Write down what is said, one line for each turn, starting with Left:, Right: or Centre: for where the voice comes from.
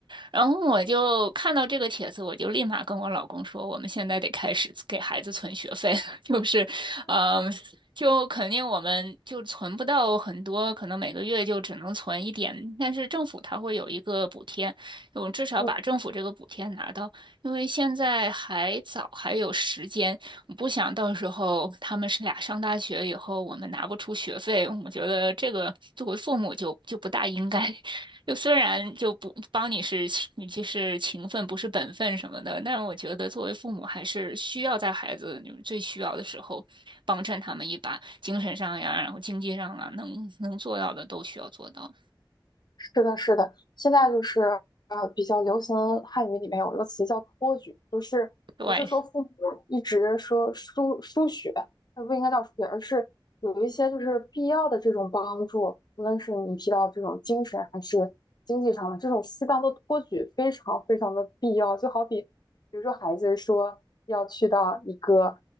Right: 然后我就看到这个帖子，我就立马跟我老公说，我们现在得开始给孩子存学费了，<laughs> 就是，嗯、就肯定我们就存不到很多，可能每个月就只能存一点，但是政府它会有一个补贴，我们至少把政府这个补贴拿到，
Left: 嗯
Right: 因为现在还早，还有时间，我不想到时候他们是俩上大学以后，我们拿不出学费，我觉得这个作为父母就就不大应该。就虽然就不帮你是你就是情分不是本分什么的，但是我觉得作为父母还是需要在孩子就是最需要的时候帮衬他们一把，精神上呀，然后经济上啊，能能做到的都需要做到。
Left: 是的，是的，现在就是呃比较流行汉语里面有一个词叫托举，就是不是说父母一直说输输血，
Right: 对，
Left: 那不应该叫输血，而是有一些就是必要的这种帮助，无论是你提到这种精神还是经济上的这种适当的托举，非常非常的必要。就好比比如说孩子说要去到一个